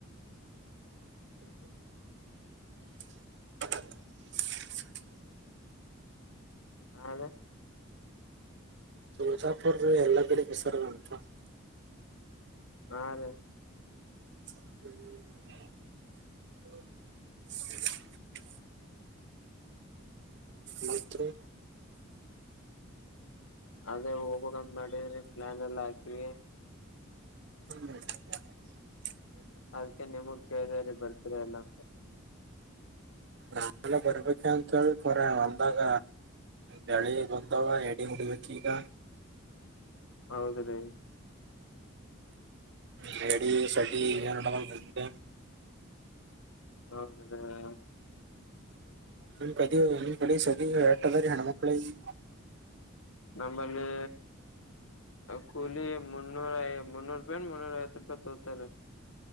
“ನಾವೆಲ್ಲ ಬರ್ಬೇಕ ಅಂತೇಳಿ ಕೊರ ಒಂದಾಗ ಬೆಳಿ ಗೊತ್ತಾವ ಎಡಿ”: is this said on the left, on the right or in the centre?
Right